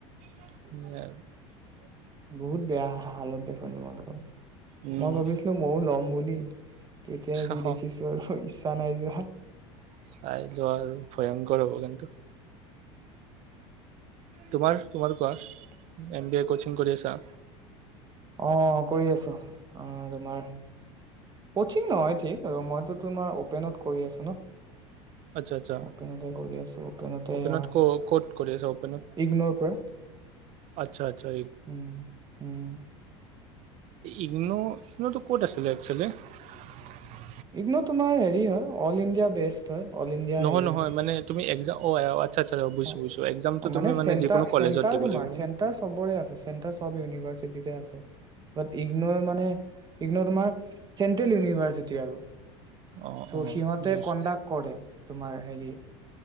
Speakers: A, on the right (about 50°); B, on the right (about 25°).
A: ন
B: বহুত বেয়া হালত দেখো। ধন্ মোকৰ <unintelligible>
A: উম,
B: মই ভাবিছিলো, ময়ও ল'ম বুলি। তেতিয়া যি
A: অহ,
B: দেখিছো আৰু। নাই যি <unintelligible>
A: চাই লোৱা, আৰু ভয়ংকৰ হ'ব কিন্তু। তোমাৰ তোমাৰ কোৱা এম বি এ কোচিং কৰি আছা?
B: অ কৰি আছো। অ তোমাৰ? কচিং নহয় ঠিক আৰু মইতো। তোমাৰ অপেনত কৰি আছো ন।
A: আচ্ছা আচ্ছা।
B: অপনতে কৰি আছো। সতে
A: অপেনত
B: এয়া
A: ক ক'ত কৰি আছা অপেনত?
B: ইগনৰ পৰা <unintelligible>
A: আচ্ছা আচ্ছা।
B: উম উম।
A: ইগনো ইগ্ন'টো ক'ত আছিলে একচুৱেলি <unintelligible>
B: ইগনো তোমাৰ হেৰি হয় অল ইণ্ডিয়া বেষ্ট <unintelligible> হ হয় অলিণ্ডিয়া <unintelligible>
A: নহয়
B: হেৰিয়ত
A: নহয় মানে তুমি একজাম। আচ্ছা বুজিছোঁ
B: অ
A: বুজিছোঁ। একজামটো
B: মানে,
A: তুমি
B: চেণ্টাৰ
A: যিকোনো কলেজত
B: চেণ্টাৰ
A: দিব
B: তোমাৰ
A: লাগিব।
B: চেণ্টাৰ চবৰে আছে। চব ইউনিভাৰ্চিটিতে আছে, বাট ইগনৰ মানে ইগনৰ তোমাৰ চেন্ট্ৰেল ইউনিভাৰ্চিটি আৰু।
A: অ'
B: ত'
A: অ'
B: সিহঁতে,
A: বুজিছোঁ।
B: কণ্ডাক্ কৰে তোমাৰ। হেৰি